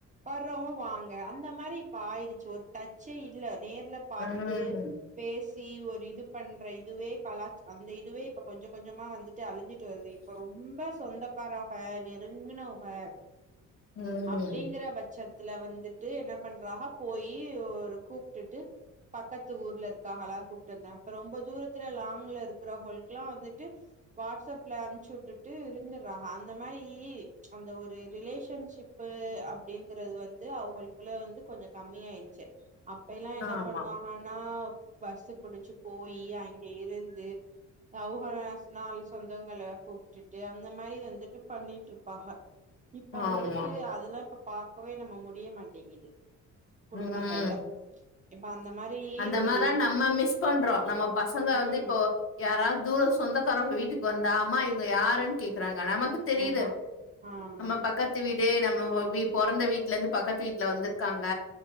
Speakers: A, on the right; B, on the left.
A: வர்றவங்க வாங்க அந்த மாரி இப்ப ஆயிடுச்சி ஒரு டச்சே இல்ல நேர்லப் பாத்து
B: ம்
A: பேசி ஒரு இது பண்ற இதுவே கலா அந்த இது இதுவே இப்ப கொஞ்ச கொஞ்சமா வந்துட்டு அழிஞ்சிட்டு வருது இப்ப ரொம்ப சொந்தக் காரவக நெருங்குனவக
B: ம்
A: அப்டிங்கற பச் சத்துல வந்துட்டு என்ன பண்றாக போயி ஒரு கூப்ட்டுட்டு பக்கத்து ஊர்ல இருக்காகளா கூப்ட்டு வந்த அப்ரோ ரொம்ப தூரத்துல லாங்ல இருக் குவகளுக்லா வந்துட்டு வாட்ஸ்அப்ல அனுச்சு விட்டுட்டு இருந்துறாக அந்த மாரி ரி அந்த ஒரு ரிலேஷன்ஷிப்பு அப்டிங்கறது வந்து அவங்களுக்குள்ள வந்து கொஞ்சொ கம்மியாயிடுச்சு அப்பைல்லா என்ன
B: ஆமா
A: பண்ணுவாகன்னா பஸ்ஸு புடிச்சு போயி அங்க இருந்து அவுகளா நாலு சொந்தங்கள கூப்ட்டுட்டு அந்த மாரி வந்துட்டு பண்ணிட்டுருப்பாக இப்ப வந்துட்டு
B: ஆமா
A: அதுல்லா இப்ப பாக்கவே நம்ம முடிய மாட்டேங்குது குடும்பங்கள்ல
B: ம்
A: இப்ப அந்த மாரி
B: அந்த
A: ஒரு
B: மாரா நம்ம மிஸ் பண்றோ நம்ம பசங்க
A: ம்
B: வந்து இப்போ யாராது தூர சொந்தக்காரவங்க வீட்டுக்கு வந்தா அம்மா இவங்க யாருன்னு கேக்குறாங்க நமக் தெரியுது
A: ஆமா ஆமா
B: நம்ம பக் க்கத்து வீடு நம்ம வ வி பொறந்த வீட்லருந்து பக்கத்து வீட்ல வந்துருக்காங்க